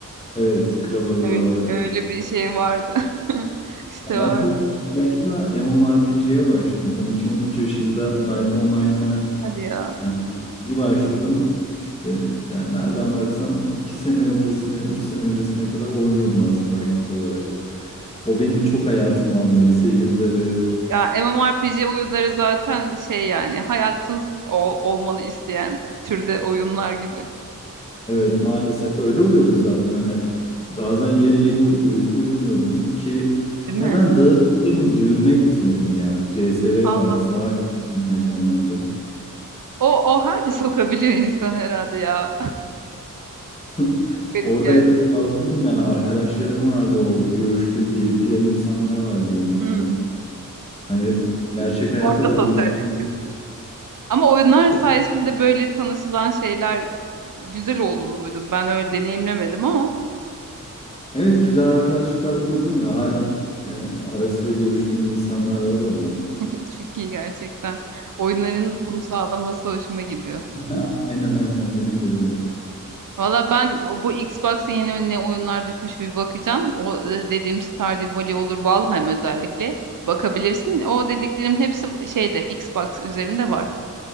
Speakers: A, on the left; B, on the right.
A: Evet, Kral Oyun'da
B: Öyle,
A: vardı.
B: öyle bir şey vardı. <laughs> İşte
A: Ya Ben
B: vardı.
A: çok küçük yaşta MMORPG'ye başladım. 12-13 yaşında Knight Online'a
B: Hadi ya.
A: yani bir başladım. İşte yani nereden baksan 2 sene öncesine, 3 sene öncesine kadar oynuyordum aslında aktif olarak. O benim çok hayatımı aldı. Lise yılları.
B: Ya MMORPG oyunları zaten şey yani hayatsız o, olmanı isteyen türde oyunlar gibi.
A: Evet maalesef öyle oluyordu zaten hani. Bazen yeri geli u- uyku uyumuyordum ki
B: Değil mi?
A: ya ben Dağın düğününe gitmedim ya. C S V
B: Allah'ım.
A: vardı. Savaş vardı Night Online'da.
B: O, o hali sokabiliyor insan herhalde ya.
A: <laughs>
B: <laughs> Garip
A: Orada
B: gerçek.
A: yatıp kalkıyordum yani arkadaşlarım vardı orada. Görüştüğüm, gelip giden insanlar vardı yanıma
B: Hmm.
A: falan. Hani gerçek hayatta
B: Orada
A: da
B: sosyalleşiyorsun.
A: buluşmuyor.
B: Ama oyunlar sayesinde
A: E-
B: böyle tanışılan şeyler güzel olduğunu duydum. Ben öyle deneyimlemedim ama
A: Evet güzel arkadaşlıklar kurdum ya. Halen e, ara sıra görüştüğüm insanlar var oradan.
B: <laughs> çok iyi gerçekten. Oyunların bunu sağlaması hoşuma gidiyor.
A: <laughs> Ha, Aynen aynen benim de öyle.
B: Valla ben o- bu Xbox'a yeni önüne oyunlar düşmüş bir bakacağım. O e, dediğim Stardew Valley olur, Valheim özellikle. Bakabilirsin. O dediklerimin hepsi şeyde Xbox üzerinde var.